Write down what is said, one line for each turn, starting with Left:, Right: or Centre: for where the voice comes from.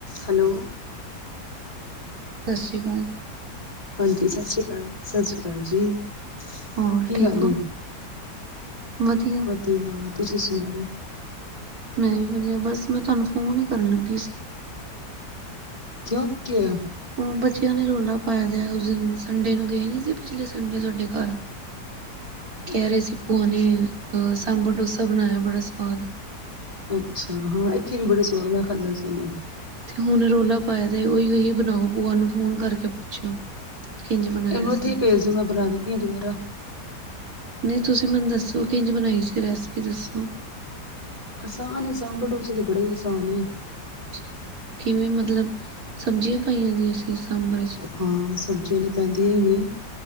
Left: Hello.
Right: ਸਤਿ ਸ੍ਰੀ ਅਕਾਲ।
Left: ਹਾਂਜੀ, ਸਤਿ ਸ਼੍ਰੀ ਅਕਾਲ, ਸਤਿ ਸ਼੍ਰੀ ਅਕਾਲ ਜੀ।
Right: ਹੋਰ,
Left: ਕੀ
Right: ਠੀਕ
Left: ਹਾਲ
Right: ਹੋ,
Left: ਏ
Right: ਵਧੀਆ।
Left: ਵਧੀਆ, ਤੁਸੀਂ ਸੁਣਾਓ?
Right: ਮੈਂ ਵੀ ਵਧੀਆ, ਬਸ ਮੈਂ ਤੁਹਾਨੂੰ ਫੋਨ ਹੀ ਕਰਨ ਲੱਗੀ ਸੀ।
Left: ਕਿਉਂ, ਕੀ ਹੋਇਆ?
Right: ਉਹ ਬੱਚਿਆਂ ਨੇ ਰੌਲਾ ਪਾਇਆ ਦਾ ਉਸ ਦਿਨ ਸੰਡੇ ਨੂੰ ਗਏ ਨੀ ਸੀ। ਪਿਛਲੇ ਸੰਡੇ ਤੁਹਾਡੇ ਘਰ
Left: <inaudible>
Right: ਕਹਿ ਰਹੇ ਸੀ ਭੂਆ ਨੇ ਅਹ ਸਾਂਬਰ ਡੋਸਾ ਬਣਾਇਆ ਬੜਾ ਸਵਾਦ।
Left: ਅੱਛਾ ਹਾਂ, ਇੱਥੇ ਵੀ ਬੜੇ ਸਵਾਦ ਨਾਲ ਖਾਧਾ ਸੀ ਉਹਨੇ।
Right: ਤੇ ਹੁਣ ਰੌਲਾ ਪਾਇਆ ਦਾ ਓਹੀ, ਓਹੀ ਬਣਾਓ ਭੂਆ ਨੂੰ ਫੋਨ ਕਰਕੇ ਪੁੱਛੋ। ਕਿੰਝ ਬਣਾਇਆ
Left: ਇਹਨੂੰ
Right: ਸੀ,
Left: ਇੱਥੇ ਹੀ ਭੇਜ ਦੋ ਮੈਂ ਬਣਾ ਦਿੰਨੀ ਹਾਂ ਦੁਬਾਰਾ।
Right: ਨਹੀਂ, ਤੁਸੀਂ ਮੈਨੂੰ ਦੱਸੋ ਕਿੰਝ ਬਣਾਈ ਸੀ, ਰੈਸਪੀ ਦੱਸੋ।
Left: ਆਸਾਨ ਏ, ਸਾਂਬਰ, ਡੋਸਾ, ਤੇ ਬੜਾ ਹੀ ਆਸਾਨ, ਏ।
Right: ਅੱਛਾ ਕਿਵੇਂ ਮਤਲਬ, ਸਬਜ਼ੀਆਂ ਪਾਈਆਂ ਦੀਆਂ ਸੀ ਸਾਂਬਰ। 'ਚ
Left: ਹਾਂ, ਸਬਜ਼ੀਆਂ ਤੇ ਪੈਂਦੀਆਂ ਹੀ ਨੇ।